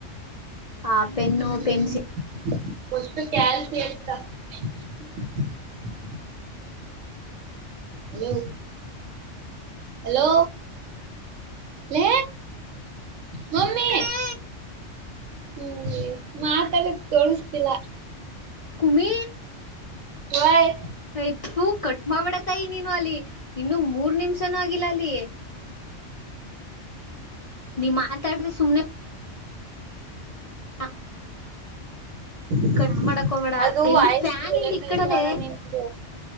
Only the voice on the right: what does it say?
ಹ್ಮ್
<inaudible> ಹಲೋ ಹಲೋ ಲೆ ಮಮ್ಮಿ
ಹ್ಮ ಮಾತಾಡಕ್ ಕೆಳಿಸತಿಲ್ಲ
ವಾಯ್
ಹ್ಮ್
ಅದು
ವಾಯ್ಸ್
ಬ್ರೇಕ್
ಐತಲ್ಲ
ನಿಮ್ದು.